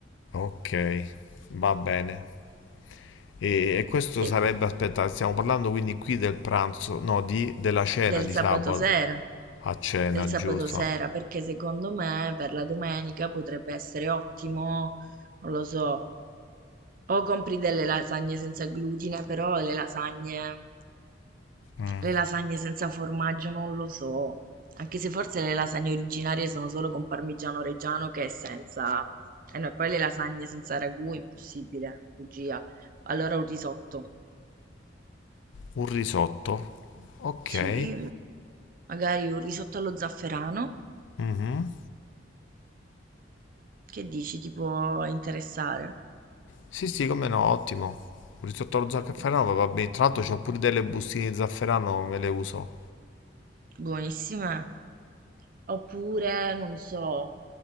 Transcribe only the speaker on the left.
ok, va bene. E, e questo sarebbe,
aspetta, stiamo parlando quindi qui del pranzo, no, di, della cena
di
sabato.
A cena,
giusto.
Mm.
Un risotto. Ok.
Mhm.
Sì, sì, come no, ottimo. Un risotto allo zafferano
va va bene. Tra l'altro c'ho pure delle bustine di zafferano, me le uso.